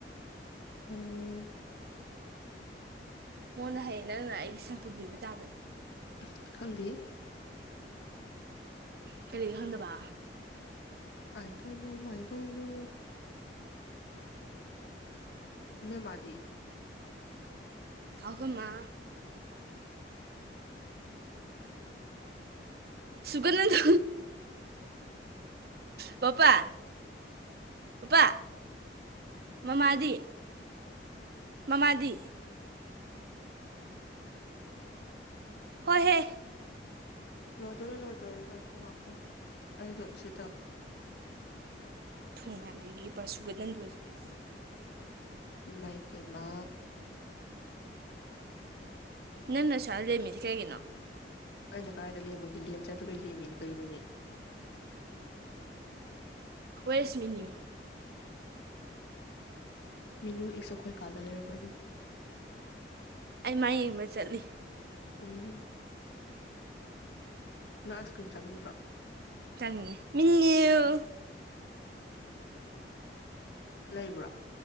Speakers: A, on the left (about 70°); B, on the right (about 60°).
A: ꯎꯝ
B: ꯃꯣꯟꯅ ꯍꯌꯦꯡ ꯅꯪꯅ ꯑꯩꯒꯤ ꯁꯝꯄꯨꯟꯕꯤꯕ ꯇꯥꯕꯅꯦ
A: ꯎꯐ ꯈꯪꯗꯦꯍꯦ
B: ꯀꯔꯤꯗꯈꯪꯗꯕ
A: ꯑꯥꯏꯗꯣꯅꯣ ꯃꯥꯏꯗꯣꯅꯣ ꯅꯣꯏ ꯃꯥꯗꯤ
B: ꯑꯩꯈꯣꯏ ꯃꯥ ꯁꯨꯒꯠꯅꯟꯗ ꯄꯄꯥ ꯄꯄꯥ ꯃꯃꯥꯗꯤ ꯃꯃꯥꯗꯤ ꯍꯣꯏ ꯍꯦ
A: ꯂꯣꯏꯗꯣꯔꯦ ꯂꯣꯏꯗꯣꯔꯦ ꯉꯥꯏꯈꯣ ꯉꯥꯛꯇꯡ ꯑꯩꯗꯣ ꯁꯤꯗ
B: ꯊꯨ ꯃꯥꯟꯕꯤꯒꯤ ꯄꯁꯨꯒꯠ ꯅꯟꯗꯣꯁꯤꯗꯤ
A: ꯏꯃꯥꯏ ꯄꯦꯝꯃꯥ
B: ꯅꯪ ꯅ ꯑꯁꯨꯌꯥꯝ ꯂꯦꯃꯤꯗꯤ ꯀꯩꯒꯤꯅꯣ
A: ꯑꯩꯅ ꯀꯗꯥꯏꯗ ꯂꯦꯝꯃꯒꯦ ꯂꯦꯝꯖꯗꯕꯩ ꯂꯦꯝꯃꯤꯅꯤ ꯀꯔꯤꯅꯣꯅꯦ
B: ꯋꯦꯔ ꯏꯁ ꯃꯤꯅ꯭ꯌꯨ
A: ꯃꯤꯅꯨ ꯏꯁ ꯑꯈꯣꯏ ꯀꯥꯗ ꯂꯩꯔꯝꯒꯅꯤ
B: ꯑꯩ ꯃꯥ ꯌꯦꯡꯕ ꯆꯠꯂꯤ
A: ꯎꯝ ꯅꯪ ꯑꯥꯏꯁ ꯀ꯭ꯔꯤꯝ ꯆꯥꯅꯤꯡꯉꯗ꯭ꯔꯣ
B: ꯆꯅꯤꯡꯉꯦ
A: ꯂꯩꯕ꯭ꯔꯣ